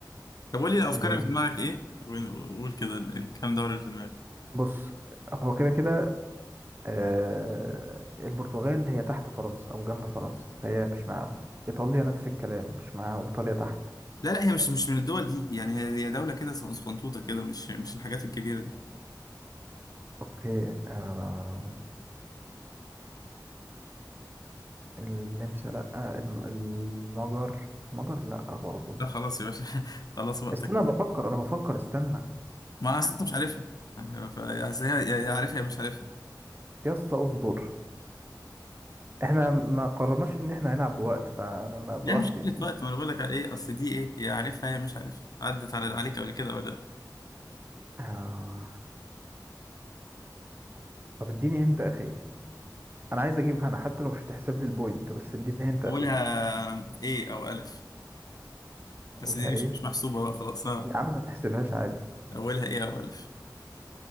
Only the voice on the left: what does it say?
طب قول لي الافكار
اللي في دماغك ايه وقول كده ال- الكام دولة اللي في دماغك
لا لا هي مش مش من الدول دي يعني هي هي دولة كده صغنطوطة كده مش مش الحاجات الكبيرة دي
لا خلاص يا باشا <laughs> خلاص وقتك
ما اصل انت مش عارفها ف- اصل هي يا يا عارفها يا مش عارفها
يعني شكلة وقت ما انا بقول لك على ايه اصل دي ايه يا عارفها يا مش عارفها عدت على عليك قبل كده ولا لا
اولها ايه او الف بس
دي مش
مش محسوبة بقى خلاص ها
اولها ايه او الف